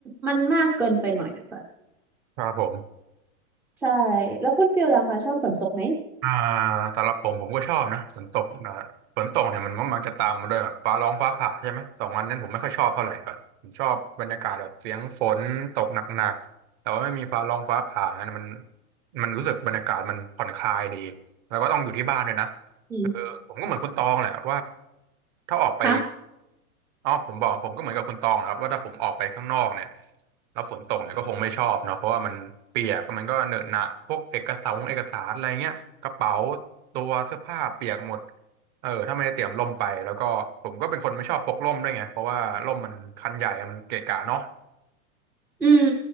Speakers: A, in the centre; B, on the right (about 30°).
A: มันมากเกินไปหน่อยค่ะ
B: ครับผม
A: ใช่แล้วคุณฟิลล่ะคะชอบฝนตกไหม
B: อ่าสำหรับผมผมก็ชอบนะฝนตกนะฝนตกเนี่ยมันมักจะตามมาด้วยแบบฟ้าร้องฟ้าผ่าใช่ไหมสองอันนั้นผมไม่ค่อยชอบเท่าไหร่แบบผมชอบบรรยากาศแบบเสียงฝนตกหนักๆแต่ว่าไม่มีฟ้าร้องฟ้าผ่านั้นมันมันรู้สึกบรรยากาศมันผ่อนคลายดีแล้วก็ต้องอยู่ที่บ้านด้วยนะ
A: อืม
B: คือผมก็เหมือนคุณตองแหละว่าถ้าออกไป
A: คะ
B: อ๋อผมบอกผมก็เหมือนกับคุณตองนะครับว่าถ้าผมออกไปข้างนอกเนี่ยแล้วฝนตกเนี่ยก็คงไม่ชอบเนาะเพราะว่ามันเปียกมันก็เหนอะหนะพวกเอกสารเอกสารอะไรเงี้ยกระเป๋าตัวเสื้อผ้าเปียกหมดเออถ้าไม่ได้เตรียมร่มไปแล้วก็ผมก็เป็นคนไม่ชอบพกร่มด้วยไงเพราะว่าร่มมันคันใหญ่อะมันเกะกะเนาะ
A: อืม